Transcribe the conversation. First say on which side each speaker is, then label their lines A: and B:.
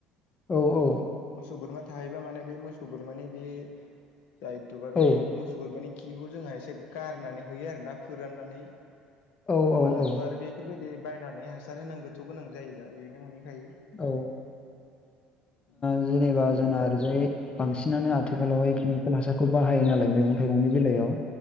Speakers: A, on the left; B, on the left.
A: औ औ।
B: मोसौ बोरमा थाहैबा माने बे मोसौ बोरमानि बे। जाहिथुबा बे
A: औ
B: मोसौ बोरमानि। खिखौ जोंहा एसे गारनानै होयो आरो ना फोराननानै।
A: औ। औ
B: दाथ'आरो
A: औ
B: बेफोरबायदि बायनानै हासार होनांगौथ' गोनां जायैला बेनो मोनहैखायो।
A: औ ओ
B: बेफोरबायदि
A: जेनेबा
B: आरोना
A: जोंना ओरैजाय बांसिनानो आथिखालावहाय केमिकेल हासारखौ बाहायो नालाय मैगं थाइगंनि बेलायाव।